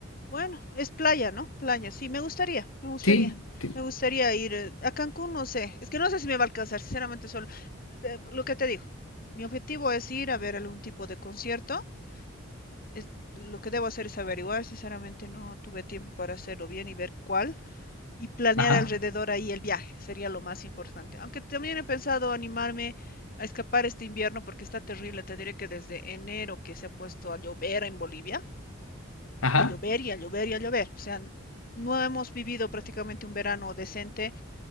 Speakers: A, on the left (about 40°); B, on the left (about 80°).
A: Bueno, es playa, ¿no? Playa, sí, me gustaría, me gustaría.
B: Sí, sí,
A: Me gustaría ir eh, a Cancún, no sé. Es que no sé si me va a alcanzar, sinceramente, solo. de- lo que te digo, mi objetivo es ir a ver algún tipo de concierto. Es, lo que debo hacer es averiguar, sinceramente, no tuve tiempo para hacerlo bien y ver cuál. Y planear
B: ajá,
A: Claro. alrededor ahí el viaje, sería lo más importante. Aunque también he pensado animarme a escapar este invierno porque está terrible. Te diré que desde enero que se ha puesto a llover en Bolivia
B: ajá,
A: a llover y a llover y a llover. O sea, no hemos vivido prácticamente un verano decente